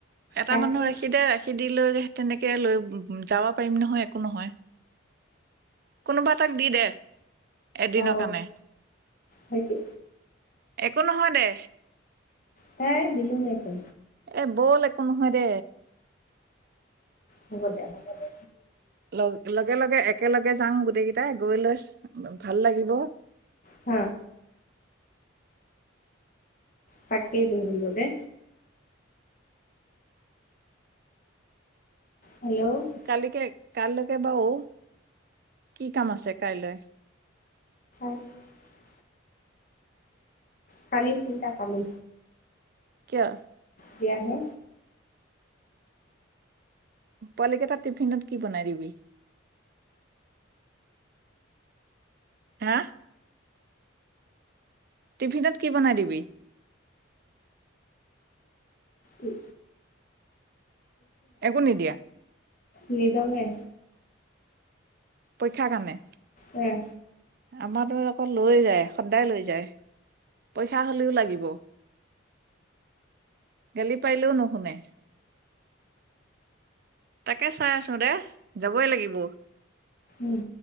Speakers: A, on the right; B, on the left.
A: এটা
B: গাখীৰ
A: মানুহ ৰাখি দে ৰাখি দি লৈ। তেনেকে লৈ যাব পাৰিম নহয় একো নহয়। কোনোবা এটাক দি দে। এদিনৰ
B: অ
A: কাৰণে
B: হৈছে
A: একো নহয় দে।
B: হে দিলুমেছে।
A: এ বল একো নহয় দে
B: হ'ব দে হ'ব দে।
A: লগ লগে লগে একেলগে যাওঁ গোটেই কেইটাই গৈ লৈ ভাল লাগিব।
B: হ পাকেই পহ দে। হেল্ল'
A: কালিকে কাইলৈকে বাৰু কি কাম আছে কাইলৈ।
B: <unintelligible> খালি চিন্তা পালে
A: কিয়
B: দিয়াহে।
A: পোৱালিকেইটা টিফিনত কি বনাই দিবি। হা টিফিনত কি বনাই দিবি?
B: উম
A: একো নিদিয়া।
B: নিদুঙে
A: পৰীক্ষা কানে
B: উম
A: আমাৰো আকৌ লৈ যায় সদায় লৈ যায় পৰীক্ষা হ'লেও লাগিব গালি পাৰিলেও নুশুনে তাকে চাই আছো দে যাবই লাগিব
B: উম